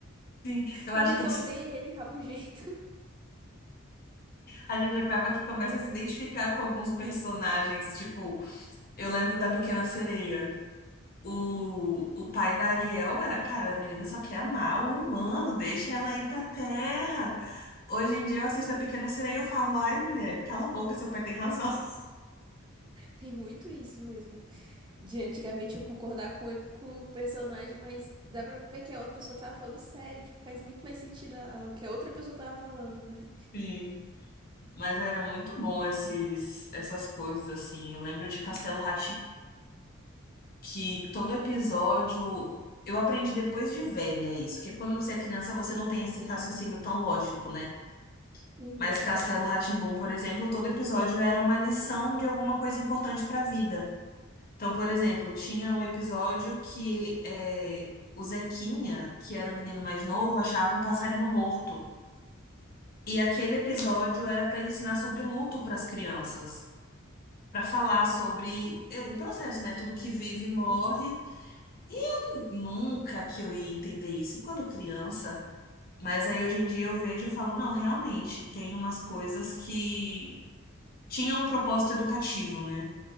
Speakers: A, on the left; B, on the right.
A: sim. Eu
B: Eu
A: acho
B: me
A: que
B: tornei
A: sim,
B: ele rabugento.
A: a gente acaba que começa a se identificar com alguns personagens, tipo, Eu lembro da Pequena Sereia. O, o pai da Ariel era, cara, a menina só quer amar o humano, deixa ela ir pra terra. Hoje em
B: <laughs>
A: dia eu assisto a Pequena Sereia e eu falo, ai, mulher, cala a boca, seu pai tem razão. <laughs>
B: Tem muito isso mesmo. De antigamente eu concordar com, o ep- com o personagem, mas dá pra ver que a outra pessoa tava falando sério. Tipo, faz muito mais sentido a- a- o que a outra pessoa tava falando, né?
A: Sim. Mas era muito bom esses, essas coisas, assim. Eu lembro de Castelo rá que todo episódio. Eu aprendi depois de velha isso, que quando você é criança você não tem esse raciocínio tão lógico, né?
B: Uhum.
A: Mas Castelo rá por exemplo, todo episódio era uma lição de alguma coisa importante para a vida. Então, por exemplo, tinha um episódio que é, o Zequinha, que era o menino mais novo, achava um passarinho morto. E aquele episódio era para ensinar sobre luto para as crianças, para falar sobre é, o processo, né? Tudo que vive morre.
B: Uhum.
A: E eu nunca que eu ia entender isso quando criança. Mas aí hoje em dia eu vejo e falo, não, realmente, tem umas coisas que tinha um propósito educativo, né?